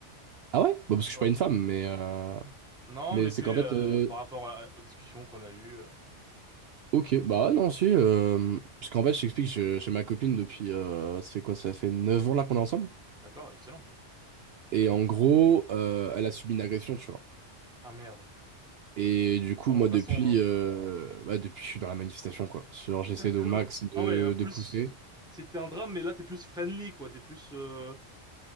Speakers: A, on the right (about 60°); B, in the centre.
A: Ah ouais? Bah parce que je suis
B: Ouais.
A: pas une femme, mais, euh,
B: Non,
A: mais
B: mais
A: c'est
B: tu sais,
A: qu'en fait...
B: euh,
A: euh,
B: par rapport à- aux discussions qu'on a eues, euh,
A: Ok, bah ouais, non, si. euh, Parce qu'en fait, je t'explique, je- j'ai ma copine depuis... euh, Ça fait quoi? Ça fait 9 ans là qu'on est ensemble.
B: d'accord, excellent.
A: Et en gros, euh, elle a subi une agression, tu vois.
B: Ah merde.
A: Et du coup,
B: Bon,
A: moi,
B: restons
A: depuis...
B: dans le.
A: euh, Bah, depuis, je suis dans la manifestation, quoi. Genre, j'essaie
B: D'accord.
A: au max de,
B: Ah ouais, euh, plus.
A: de pousser.
B: C'était un drame, mais là, t'es plus friendly, quoi. T'es plus, euh,